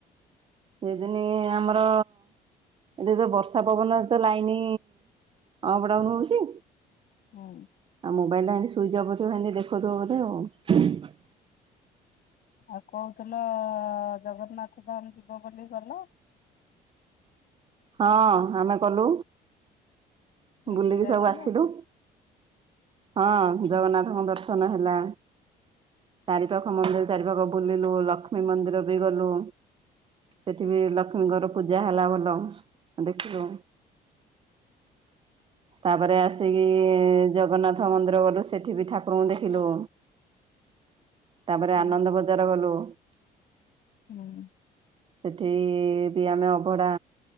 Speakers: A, on the right; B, on the left.
A: ସେଦିନି ଆମର ଏଠି ତ ବର୍ଷା ପବନରେ ତ ଲାଇନ ଅପ୍ ଡାଉନ ହଉଛି
B: ହୁଁ
A: ଆଉ ମୋବାଇଲ ଟା ଏତି ସୁଇଚ ଅଫ ଥିବ ଏମତି ଦେଖୁଥିବ ବୋଧେ ଆଉ
B: ଆଉ କହୁଥିଲ ଜଗନ୍ନାଥ ଧାମ ଯିବ ବୋଲି ଗଲ? <inaudible>
A: ହଁ ଆମେ ଗଲୁ।
B: କିଏ
A: ବୁଲିକି
B: କିଏ ଯାଇଥିଲ?
A: ସବୁ ଆସିଲୁ ହଁ
B: ହୁଁ
A: ଜଗନ୍ନାଥଙ୍କ ଦର୍ଶ ନ ହେଲା। ଚାରି ପାଖ ମନ୍ଦିର ଚାରି ପାଖ ବୁଲିଲୁ ଲକ୍ଷ୍ମୀ ମନ୍ଦିର ବି ଗଲୁ। ସେଠି ବି ଲକ୍ଷ୍ମୀଙ୍କର ପୂଜା ହେଲା ଭଲ ଦେଖିଲୁ।
B: <inaudible>
A: ତାପରେ ଆସିକି ଜଗନ୍ନାଥ ମନ୍ଦିର ଗଲୁ ସେଠି ବି ଠାକୁରଙ୍କୁ ଦେଖିଲୁ।
B: <inaudible>
A: ତାପରେ
B: ହୁଁ
A: ଆନନ୍ଦ ବଜାର ଗଲୁ।
B: ହୁଁ।
A: ସେଠି ବି ଆମେ ଅବଢା